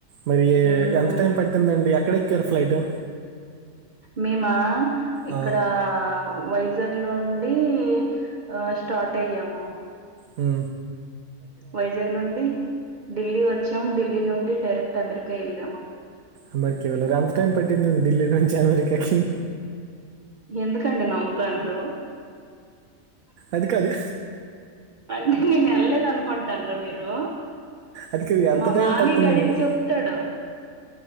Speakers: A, on the right; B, on the right.
A: మరి ఏ
B: హ్మ్.
A: ఎంత టైం పట్టిందండి ఎక్కడ ఎక్కారు ఫ్లైటు
B: మేమా ఇక్కడ
A: ఆ!
B: వైజాగ్ లో ఉండి ఆ స్టార్ట్ అయ్యాము
A: ఊ
B: వైజాగ్ నుండి ఢిల్లీ వచ్చాము ఢిల్లీ నుండి డైరెక్ట్ అమెరికా ఎళ్ళాము
A: అమెరికా వెళ్ళారు అంత టైం పట్టిందండి ఢిల్లీ నుంచి అమెరికాకి
B: ఎందుకండి నవ్వుతాండ్రు
A: అది కాదు
B: అండి నేను ఎళ్ళలేదనుకుంటాండ్రా మీరు
A: అది కాదు. ఎంత
B: మా
A: టైం
B: మామయ్య
A: పట్టిందనడు.
B: కడించొ త్తడు